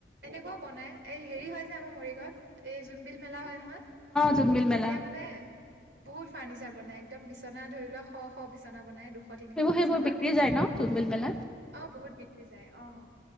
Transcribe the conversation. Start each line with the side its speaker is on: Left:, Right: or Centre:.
Right: এনেকুৱাও বনাই এই হেৰি হয় আমাৰ মৰিগাঁৱত এই জোনবিল মেলা হয় নহয়।
Centre: জুনবিল মেল
Right: তেতিয়া মানে বহুত ফাৰ্ণিচাৰ বনাই একদম বিচনা ধৰি লোৱা শ শ বিছনা বনাই দুশ তিনিশ
Centre: সেইবোৰ সেইবোৰ
Right: বিছনা
Centre: বিক্ৰী
Right: অ
Centre: যায় ন জোনবিল মেলাত
Right: বহুত বিক্ৰী যায় অ।